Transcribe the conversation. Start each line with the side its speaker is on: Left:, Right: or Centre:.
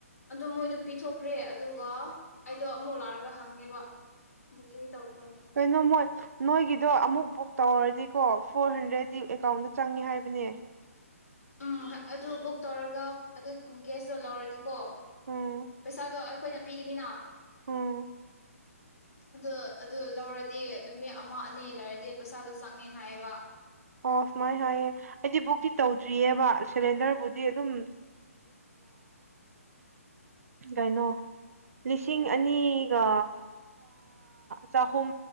Left: ꯑꯣ ꯃꯣꯏꯗꯣ ꯄꯤꯊꯣꯛꯈ꯭ꯔꯦ ꯑꯗꯨꯒ ꯑꯩꯗꯣ ꯑꯃꯨꯛ ꯂꯥꯛꯑꯒ ꯍꯪꯉꯦꯕ ꯕꯨꯀꯤꯡꯗꯤ ꯇꯧ꯫
Right: ꯀꯩꯅꯣ ꯃꯣꯏ ꯅꯣꯏꯒꯤꯗꯣ ꯑꯃꯨꯛ ꯕꯨꯛ ꯇꯧꯔꯔꯗꯤꯀꯣ ꯐꯣꯔ ꯍꯟꯗ꯭ꯔꯦꯗꯗꯤ꯫ ꯀꯥꯎꯟꯗ ꯆꯪꯉꯦ ꯍꯥꯏꯕꯅꯦ꯫
Left: ꯎꯝ ꯑꯗꯨ ꯕꯨꯛ ꯇꯧꯔꯒ ꯑꯗꯨ ꯒꯦꯁꯇꯣ ꯂꯧꯔꯗꯤꯀꯣ
Right: ꯎꯝ
Left: ꯄꯩꯁꯥꯗꯣ ꯑꯩꯈꯣꯏꯅ ꯄꯤꯒꯅꯤꯅ꯫
Right: ꯎꯝ
Left: ꯑꯗꯣ꯫ ꯑꯗꯨ ꯂꯧꯔꯗꯤ ꯅꯨꯃꯤꯠ ꯑꯃ ꯑꯅꯤ ꯂꯩꯔꯗꯤ ꯄꯩꯁꯥꯗꯣ ꯆꯪꯉꯦ ꯍꯥꯏꯌꯦꯕ꯫
Right: ꯑꯣ ꯁꯨꯃꯥꯏꯅ ꯁꯨꯥꯏꯌꯦ ꯑꯩꯗꯤ ꯕꯨꯛꯇꯤ ꯇꯧꯗ꯭ꯔꯤꯑꯕ ꯁꯤꯂꯤꯟꯗꯔꯕꯨꯗꯤ ꯑꯗꯨꯝ꯫ ꯀꯩꯅꯣ ꯂꯤꯁꯤꯡ ꯑꯅꯤꯒ ꯆꯍꯨꯝ